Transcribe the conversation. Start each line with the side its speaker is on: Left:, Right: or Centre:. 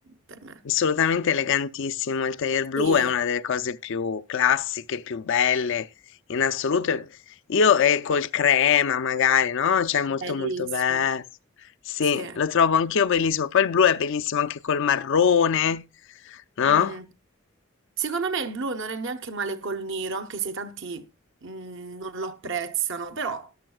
Right: per me.
Left: Assolutamente elegantissimo, il tailleur blu
Right: Sì,
Left: è una delle cose più classiche, più belle in assoluto. Io e col crema magari, no? Cioè molto
Right: bellissimo.
Left: molto bello. Sì,
Right: Sì.
Left: lo trovo anch'io bellissimo. Poi il blu è bellissimo anche col marrone, no?
Right: Mm. Secondo me il blu non è neanche male col nero, anche se tanti mm, non lo apprezzano, però.